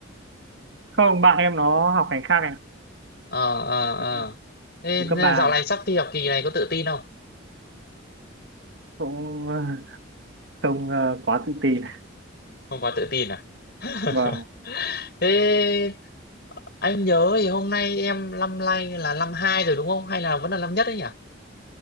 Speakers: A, on the right; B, on the left.
A: Không, bạn em nó học ngành khác anh.
B: Ờ, ờ, ờ.
A: ạ.
B: Thế
A: Hồi cấp 3
B: dạo
A: thì
B: này sắp thi học kỳ này có tự tin không?
A: cũng ờ, không ờ, quá tự tin.
B: không quá tự tin à <laughs>
A: Vâng.
B: thế anh nhớ thì hôm nay em năm nay là năm hai rồi đúng không hay là vẫn là năm nhất đấy nhỉ